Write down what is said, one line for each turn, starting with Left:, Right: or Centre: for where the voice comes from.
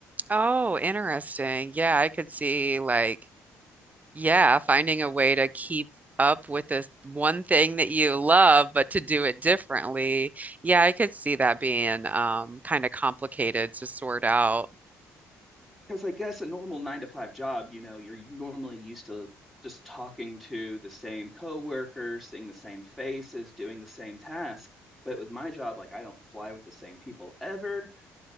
Right: Oh, interesting. Yeah, I could see like, yeah, finding a way to keep up with this one thing that you love, but to do it differently. Yeah, I could see that being um kind of complicated to sort out.
Centre: Because I guess a normal nine to five job, you know, you're normally used to just talking to the same coworker, seeing the same faces, doing the same task. But with my job, like I don't fly with the same people ever.